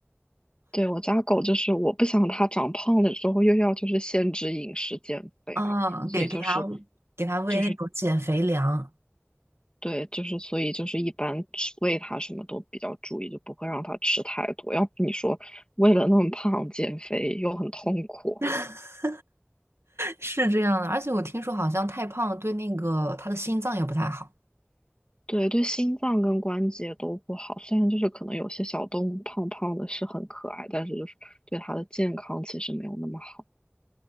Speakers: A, on the left; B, on the right.
A: 对，我家狗就是我不想它长胖了之后又要就是限制饮食减肥嘛，
B: 啊，
A: 所以就是
B: 给给它给它喂那种减肥粮，
A: 就是。对，就是所以就是一般吃喂它什么都比较注意，就不会让它吃太多。要不你说为了那么胖减肥又很痛苦，
B: <laughs> 是这样的。而且我听说好像太胖了，对那个它的心脏也不太好。
A: 对对，心脏跟关节都不好。虽然就是可能有些小动物胖胖的是很可爱，但是就是对它的健康其实没有那么好。